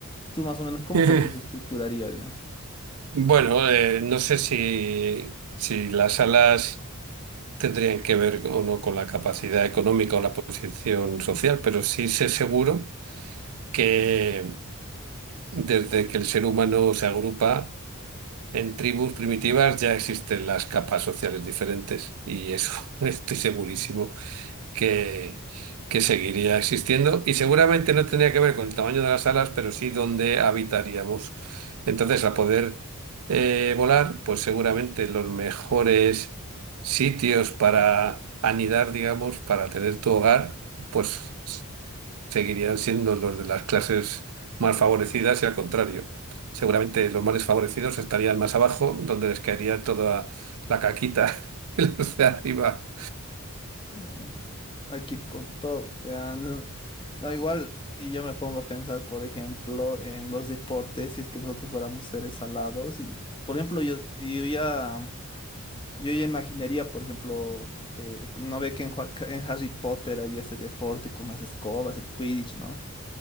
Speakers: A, on the left; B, on the right.
A: Tú más o menos, ¿cómo
B: <laughs>
A: crees que se estructuraría, digamos?
B: Bueno, eh, no sé si, si las salas tendrían que ver o no con la capacidad económica o la posición social, pero sí sé seguro que desde que el ser humano se agrupa en tribus primitivas ya existen las capas sociales diferentes y eso <laughs> estoy segurísimo que, que seguiría existiendo y seguramente no tendría que ver con el tamaño de las alas, pero sí donde habitaríamos. Entonces, al poder eh, volar, pues seguramente los mejores sitios para anidar, digamos, para tener tu hogar, pues seguirían siendo los de las clases más favorecidas y al contrario. Seguramente los más desfavorecidos estarían más abajo, donde les caería toda la caquita, <laughs> y los de arriba.
A: Ujú. Hay que ir con todo. ya, no, no, igual, y yo me pongo a pensar, por ejemplo, en los deportes, si es que nosotros fuéramos seres alados, y, por ejemplo, yo, yo ya... Yo ya imaginaría, por ejemplo, eh, no ve que en, Jua- en Harry Potter hay ese deporte con las escobas, el Quidditch, ¿no?